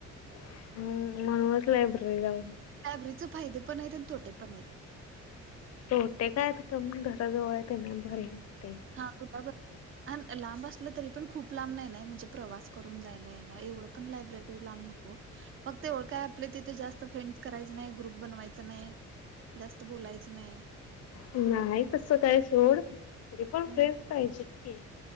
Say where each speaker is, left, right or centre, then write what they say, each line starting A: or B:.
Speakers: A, on the left; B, on the right.
A: हम्म म्हणूनच लायब्ररी जाऊ
B: फॅब्रिकचे फाये पण आहेत आणि तोटे पण नाहीत
A: तोटे काय आता कम घराजवळ हाय त्यामुळं, बर.
B: हा तुला ब अन लांब असलं तरी पण खूप लांब नाही ना, नाही म्हणजे प्रवास करून जायला यायला एवढं? पण लायब्ररी लांब नको. फक्त ते एवळ काय आपले तिथे जास्त फ्रेंड्स करायच नाही, ग्रुप बनवायचं नाही. जास्त बोलायचं नाही.
A: नाही तस काय सोड, तरी पण
B: हां,
A: फ्रेंस पाहिजे केक.